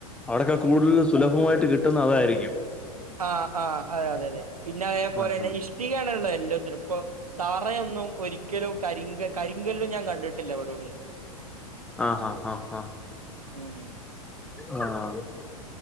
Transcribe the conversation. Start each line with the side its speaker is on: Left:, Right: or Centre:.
Centre: അവിടൊക്കെ കൂടുതൽ സുലഭമായിട്ട് കിട്ടുന്നത് അതായിരിക്കും.
Right: ആഹ് ആഹ് അതെ അതെ അതെ പിന്നെ അതേപോലെ
Centre: ആഹ്
Right: തന്നെ ഇഷ്ടികണുള്ളത് എല്ലാത്തിനും ഇപ്പൊ തറയൊന്നും ഒരിക്കലും കരിങ്ക കരിങ്കല്ലും ഞാൻ കണ്ടിട്ടില്ല ഇവിട എവിടിം
Centre: ആഹ്‌ ഹാ ആഹ് ഹ.
Right: ഉം
Centre: ആഹ്‌